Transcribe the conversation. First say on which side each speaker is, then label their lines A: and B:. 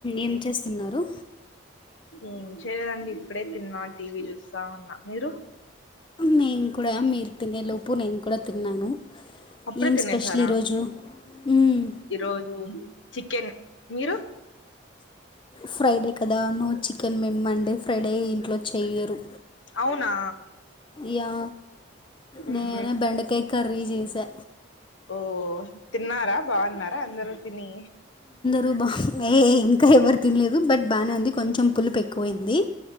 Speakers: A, on the left; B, on the left.
A: ఏం చేస్తున్నారు
B: ఏం చేయలేదండి ఇప్పుడే తిన్నా టీవీ చూస్తా ఉన్నా మీరు
A: నేను కూడా మీరు తినే లోపు నేను కూడా తిన్నాను
B: అప్పుడే
A: ఏం
B: తినేశారా
A: స్పెషల్ ఈరోజు మ్మ్
B: ఈరోజు చికెన్ మీరు
A: ఫ్రైడే కదా నో చికెన్ మేమ్ మండే ఫ్రైడే ఇంట్లో చేయ్యరు
B: అవునా
A: యా నేనే
B: ఉహు
A: బెండకాయ కర్రీ జేసా
B: ఓ తిన్నారా బాగున్నారా అందరు తిని
A: రుబా ఏ ఇంకా ఎవరు తినలేదు బట్ బానే ఉంది కొంచెం పులుపు ఎక్కువయింది